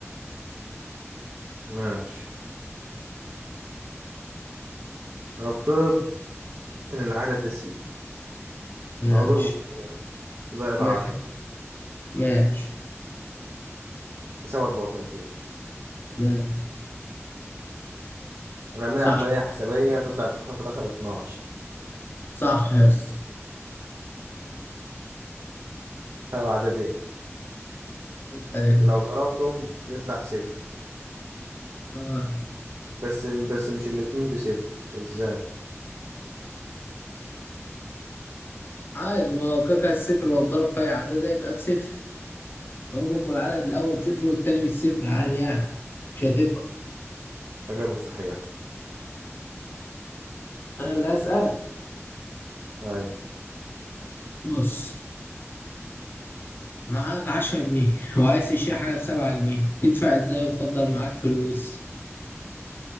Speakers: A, on the right; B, on the left.
A: ماشي هنفترض إن العدد ده سي
B: ماشي
A: هنضربه في اتنين زائد عشرة
B: ماشي ماشي
A: يساوي أربعة وتلاتين
B: ماشي
A: هنعملها
B: صح
A: عملية حسابية تطلع في الآخر اتناشر
B: صح يا اسطى
A: تبع عددين
B: اسأل انت
A: لو ضربتهم يطلع صفر
B: آه.
A: بس بس مش الاتنين بصفر ازاي؟
B: عادي ما هو كاكا الصفر لو اتضرب في أي عدد هيبقى بصفر ممكن يكون العدد الأول صفر والتاني مش صفر عادي يعني مش هتفرق
A: إجابة صحيحة
B: أنا اللي هسأل
A: أيوة
B: بص معاك عشرة جنيه <laughs> وعايز تشتري حاجة بسبعة جنيه تدفع ازاي وتفضل معاك فلوس